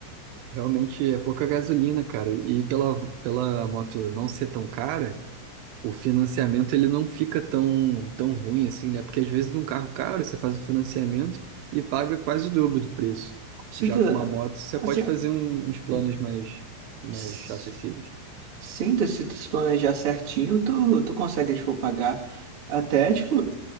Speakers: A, on the right; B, on the right.
A: Realmente é pouca gasolina, cara, e pela, pela moto não ser tão cara, O financiamento ele não fica tão, tão ruim assim, né? Porque às vezes num carro caro você faz o financiamento e paga quase o dobro do preço.
B: Com certeza.
A: Já com uma moto você
B: Assim,
A: pode fazer um- uns planos
B: um-
A: mais, mais
B: s-
A: acessíveis.
B: sinto, se tu se planejar certinho, tu, tu consegue, tipo, pagar até, tipo,